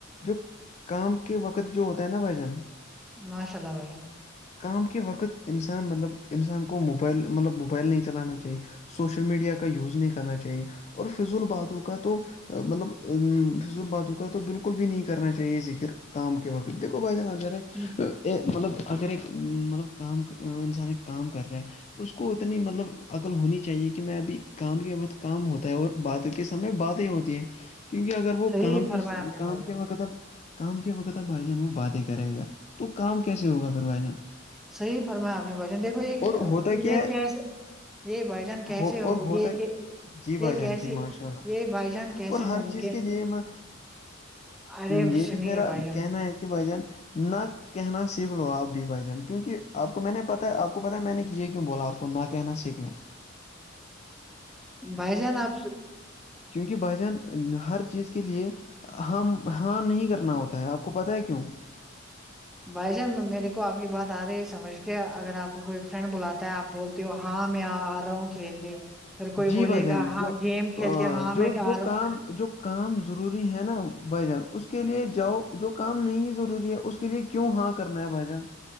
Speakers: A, on the left; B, in the centre.
A: جو کام کے وقت جو ہوتا ہے نا بھائی جاں
B: ماشاء اللہ بھائی جاں
A: کام کے وقت انسان مطلب انسان کو موبائل مطلب موبائل نہیں چلانا چاہیے سوشل میڈیا کا یوز نہیں کرنا چاہیے اور فضول باتوں کا تو مطلب فضول باتوں کا تو بالکل بھی نہیں کرنا چاہیے ذکر کام کے وقت دیکھو بھائی جاں نظر ہے
B: جان،
A: مطلب اگر مطلب کام انسان کام کر رہا ہے اس کو اتنی مطلب عقل ہونی چاہیے کہ میں ابھی کام کے وقت کام ہوتا ہے اور بات کے سمے باتیں ہوتی ہیں کیونکہ اگر وہ
B: صحیح
A: کام
B: فرمایا
A: کے
B: آپ نے بھائی
A: کام
B: جان
A: کے وقت اب کام کے وقت آ بھائی جان وہ بات ہی کرے گا تو کام کیسے ہوگا پھر بھائی جان
B: صحیح فرمایا آپ نے بچا دیکھو یہ
A: اور ہوتا کیا
B: یہ
A: ہے
B: کیسے یہ بھائی جان
A: ہو اور ہوتا
B: یہ
A: ہے
B: کہ
A: جی بھائی
B: یہ
A: جان
B: کیسے
A: جی ماشاء اللہ
B: یہ بھائی جان کیسے
A: اور
B: ممکن
A: ہر چیز کے لیے میں
B: ارے
A: یہ بھی
B: سنیے
A: میرا
B: بھائی جان
A: کہنا ہے بھجن نہ کہنا سیکھ لو آپ بھی بھجن کیونکہ آپ کو میں نے پتا آپ کو پتاہ میں نے کیا یہ کیوں بول آپ کو نہ کہناا سیک لوں
B: بھائی جان آپ
A: چونکہ بسان ہر چیز کے لیے ہم ہاں نہیں کرنا ہوتا ہے آپ کو پت ہے کیوں
B: بھائی جان میرے کو آپ کی بات آ رہی سمجھ کے اگر آپ کو کوئی فرینڈ بلاتا ہے آپ بول ہاں میں آ رہا ہوں کھیلنے پھر کوئی
A: جی
B: بولے
A: بھائی جان
B: گا ہاں
A: جو
B: گیم کھیلتے
A: آ،
B: ہاں
A: جو
B: میں کہ رہا
A: جو
B: ہ
A: کام جو کام ضروری ہے نا بھائی جان اس کے لیے جاؤ جو کام نہیں ضروری ہے اس کے لیے کیوں ہاں کرنا ہے بائیان